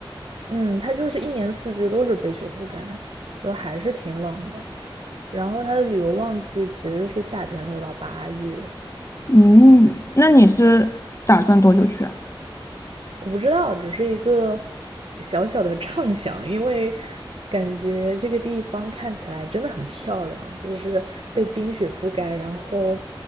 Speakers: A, on the right (about 90°); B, on the left (about 35°).
A: 嗯，它就是一年四季都是被雪覆盖，就还是挺冷的。然后它的旅游旺季其实是夏天六到八月，
B: 嗯，那你是打算多久去啊？
A: 我不知道，只是一个小小的畅想，因为感觉这个地方看起来真的很漂亮，就是被冰雪覆盖，然后，